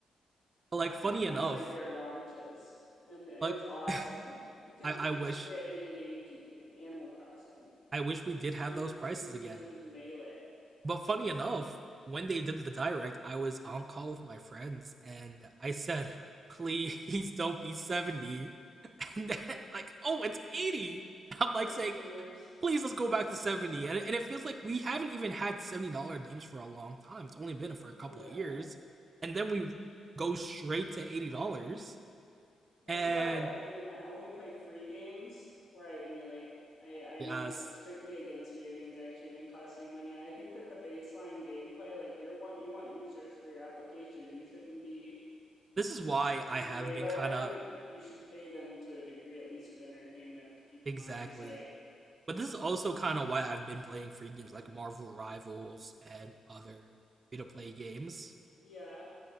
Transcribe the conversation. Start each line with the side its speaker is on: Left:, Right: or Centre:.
Right: like
Left: and
Right: funny
Left: on
Right: enough,
Left: like their launches and it
Right: like
Left: was awesome
Right: <laughs>
Left: because
Right: I,
Left: we
Right: I
Left: could
Right: wish
Left: just get any GameCube game like Animal Crossing,
Right: I wish we did
Left: Super
Right: have those prices
Left: Smash
Right: again.
Left: Bros melee.
Right: But funny
Left: Like
Right: enough, when they did the direct, I was on call with my friends, and I said, "Please don't be seventy. <laughs> And then like, oh, it's eighty. I'm
Left: yeah,
Right: like
Left: it's
Right: saying,
Left: even worse.
Right: please let's go back to 70 and, it- and it feels like we haven't even had $70 games for a long time it's only been for a
Left: Mm,
Right: couple
Left: Yeah.
Right: of years and then we go straight to $80
Left: This
Right: and
Left: is why I only I only play free games where I emulate. I I'm
Right: yes
Left: like strictly against video games actually even costing money. I think that the baseline gameplay, like you're want you want users for your application. You shouldn't be
Right: this is why
Left: getting
Right: i have
Left: paid
Right: been
Left: by
Right: kind
Left: them.
Right: of
Left: You should pay them to a degree at least with entertainment to keep them
Right: exactly
Left: on your site.
Right: but this is also kind of why i've been playing free games like marvel rivals and other free to play games
Left: Yeah,